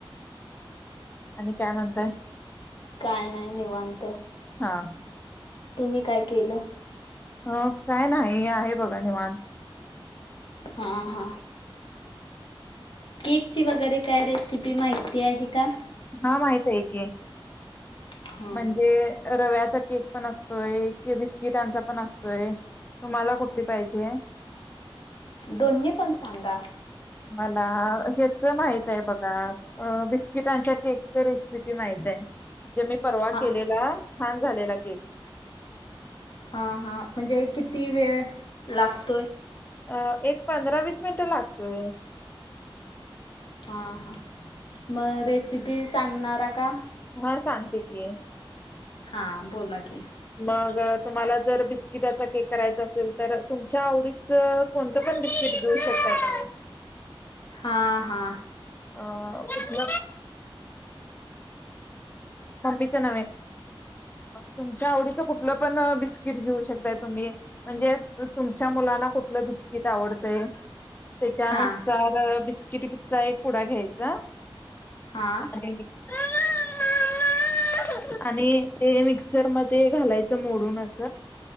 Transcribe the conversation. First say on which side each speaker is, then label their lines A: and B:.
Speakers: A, on the left (about 20°); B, on the left (about 60°).
A: आणि काय म्हणताय
B: काय नाही निवांत
A: हा
B: तुम्ही काय केलं
A: अं काय नाही आहे बघा निवांत
B: हा हा केक ची वगैरे काय रेसिपी माहिती आहे का
A: हा माहितये की.
B: हा
A: म्हणजे रव्यात केक पण असतोय कि बिस्किटांचा पण असतोय तुम्हाला कुठली पाहिजेय?
B: दोन्ही पण सांगा.
A: मला ज्याचं माहित आहे बघा आ बिस्किटांच्या केक च रेसिपी माहितये. जे मी परवा
B: हा
A: केलेला छान झालेला <inaudible> केक
B: हा हा म्हणजे किती वेळ लागतोय?
A: अ एक पंधरा वीस मिनिट लागतोय.
B: हा हा मग रेसिपी सांगणारा का?
A: हा सांगते की.
B: हा बोला की.
A: मग तुम्हाला जर बिस्किटाचा केक करायचा असेल तर तुमच्या आवडीच कोणत पण बिस्किट घेऊ शकता तुम्ही.
B: हा हा
A: अ उतल ममीच नव्हे तुमच्या आवडीच कुठल पण बिस्किट घेऊ शकताय तुम्ही म्हणजे तुमच्या मुलांना कुठल बिस्किट आवडतय त्याच्यानुसार
B: हा
A: बिस किती कितचा एक पुडा घ्यायचा. <unintelligible>
B: हा
A: आले आ. आ. वापर करण्यासाठी आणि ते मिक्सर मध्ये घालायच मोडून अस